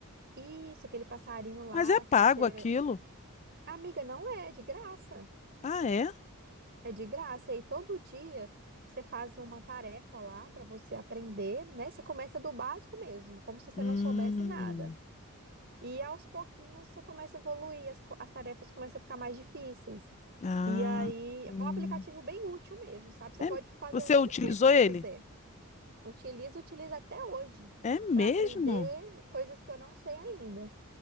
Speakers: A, on the right (about 50°); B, on the left (about 30°).
A: Isso, aquele passarinho lá
B: Mas é
A: que
B: pago
A: você.
B: aquilo.
A: Amiga, não é, é de graça.
B: Ah, é?
A: É de graça. E aí, todo dia você faz uma tarefa lá para você aprender, né? Você começa do básico mesmo, como se você
B: Hum,
A: não soubesse nada. E aos pouquinhos você começa a evoluir, as, co- as tarefas começam a ficar mais difíceis.
B: ah,
A: E aí,
B: hum.
A: é um aplicativo bem útil mesmo, sabe? Você
B: É-
A: pode fazer
B: você
A: o dia
B: utilizou
A: inteiro se você
B: ele?
A: quiser. Utilizo e utilizo até hoje
B: É mesmo?
A: para aprender coisas que eu não sei ainda.